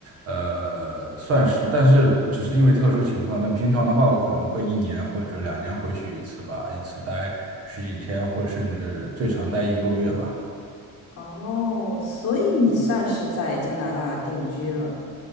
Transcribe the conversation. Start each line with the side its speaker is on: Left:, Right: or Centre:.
Right: 呃算是，但是只是因为特殊情况，那平常的话我可能会一年或者两年回去一次吧，一次待十几天或者甚至最长待一个多月吧。
Left: 哦，所以你算是在加拿大定居了。